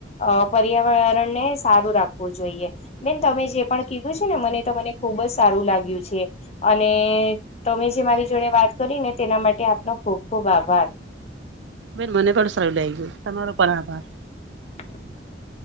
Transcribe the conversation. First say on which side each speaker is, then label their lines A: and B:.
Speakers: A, on the left; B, on the right.
A: અ પર્યાવરણને સારું રાખવું જોઈએ બેન તમે જે પણ કીધું છે ને મને મને ખુબ જ સારું લાગ્યું છે. અને તમે જે મારી જોડે વાત કરી ને તેના માટે આપનો ખૂબ ખુબ આભાર
B: બેન મને પણ સારું લઈ ગયું તમારો પણ આભાર.
A: <inaudible>